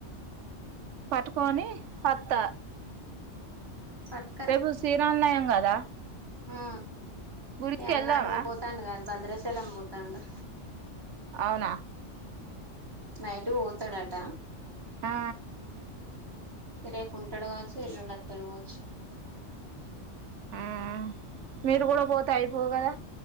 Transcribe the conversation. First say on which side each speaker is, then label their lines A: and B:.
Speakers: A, on the right; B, on the right.
A: పటు కొని అత్త
B: పట్టుకరా
A: రేపు శ్రీరామ నయం కదా
B: ఆ
A: గుడికి
B: మీ అన్న
A: వెళ్దామా
B: అటు పోతాండు కాదు భద్రచలం పోతాండు
A: అవునా
B: నైట్ కు పోతాడట
A: ఆ
B: రేపు ఉంటాడు కావచ్చు ఎల్లుండి వత్తాడు కావచ్చు
A: ఆ మీరు కూడా పోతే అయిపోవు కదా